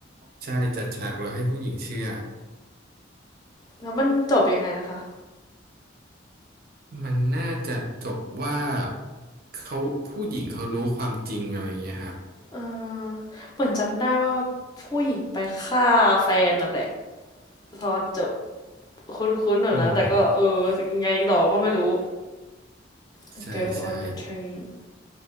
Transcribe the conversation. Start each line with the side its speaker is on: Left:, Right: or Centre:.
Right: ใช่จัดฉากแล้วให้ผู้หญิงเชื่อ
Left: แล้วมันจบยังไงนะคะ
Right: มันน่าจะจบว่าเขาผู้หญิงเขารู้ความจริงอะไรเงี้ยครับ
Left: เออเหมือนจำได้ว่าผู้หญิงไปฆ่าแฟนนั่นแหละตอนจบคุ้นๆแบบนั้นแต่ก็เออยังไงต่อก็ไม่รู้
Right: อืม
Left: The
Right: ใช่ใช่
Left: Girl on the Train